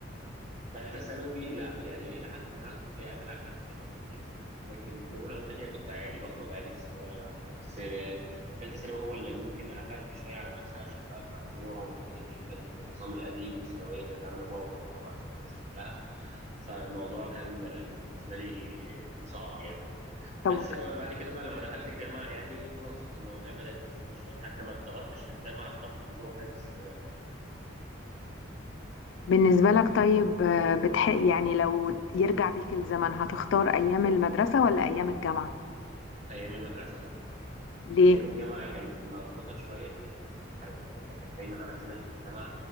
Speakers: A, on the right; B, on the left.
A: ثالثه ثانوي لا يعني الى حد ما كنت قاتل على نفسي شويتين لكن في اولى وثانيه كنت عادي بخرج عادي في الثانويه العامه بس آه، ثالثه ثانوي هو اللي ممكن قفلت شويه على نفسي عشان بقى المجموع والدنيا دي كانت النظام القديم والثانويه كانت عامله بعبع طبعا الناس كلها فالموضوع كان آه، بالنسبه لي آه، صعب يعني
B: طب
A: بس بعد كده بقى لما دخلت الجامعة يعني خلاص المواضيع بدأت تفك شوية حتى ما اتضغطتش في الجامعة الضغط اللي هو كان في الثانوية
B: بالنسبة لك طيب آه، بتح... يعني لو يرجع بيك الزمن هتختار أيام المدرسة ولا أيام الجامعة
A: أيام المدرسة طبعا
B: ليه
A: أيام الجامعة كانت مضغوطة شوية في حتة الامتحانات يعني إحنا كان دايما عندنا في الجامعة